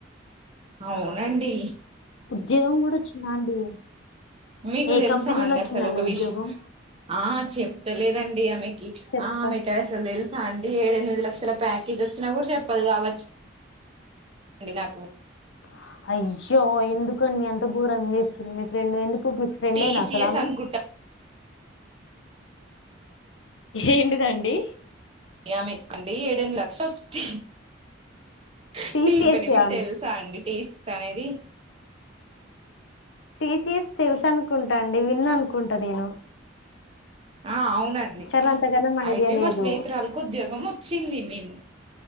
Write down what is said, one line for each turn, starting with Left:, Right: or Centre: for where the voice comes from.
Right: అవునండి
Left: జగం కూడా వచ్చిందా అండి
Right: మీకు
Left: ఏ
Right: తెలుసా
Left: కంపెనీలో
Right: అండి
Left: వచ్చిందండి
Right: అసలు ఒక విషయం
Left: ఉద్యోగం
Right: ఆ చెప్తలేదండి ఆమెకి
Left: చెప్పండి
Right: ఆ ఆమెకి అసలు తెలుసు సా అండి ఏడు ఎనిమిది లక్షల ప్యాకేజ్ వచ్చినా కూడా చెప్పదు కావచ్చు అండి నాకు
Left: ఆ అయ్యో ఎందుకండి అంత గోరంగా చేస్తుంది మీ ఫ్రెండ్ ఎందుకు మీ ఫ్రెండే
Right: టీసీఎస్
Left: నా అసలు ఆమే
Right: అనుకుంటా
Left: ఏంటిదండి
Right: యమే కండి ఏడెనిమిది లక్షలు హా హా
Left: టీసీఎస్
Right: టీపిండి మీకు
Left: ఆ
Right: తెలుసా అండి టీ ఇస్తా అనేది
Left: టీసీఎస్ తెలుసనుకుంటా అండి విన్న అనుకుంటా నేను
Right: ఆ అవునండి
Left: కానీ అంతగానం
Right: అయితే
Left: ఐడియా లేదు
Right: మా స్నేహితురాలుకు ఉద్యోగం వచ్చింది మేము